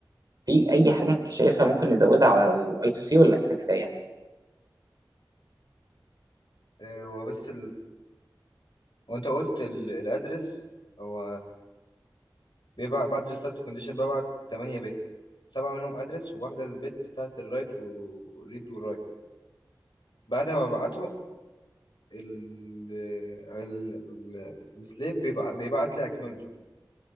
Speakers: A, on the right; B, on the left.
A: في اي حاجه انت شايفها ممكن نزودها على الاي تو سي ولا كده كفايه
B: آه، هو بس وانت قلت ال- الادرس هو بيبعت بعد الستارت كونديشن ببعت 8 بت سبعة منهم ادرس وواحدة البت بتاعت الرايت والريد والرايت بعد ما ببعته ال ال ال السليف بيبع- بيبعت لي اكنولجمنت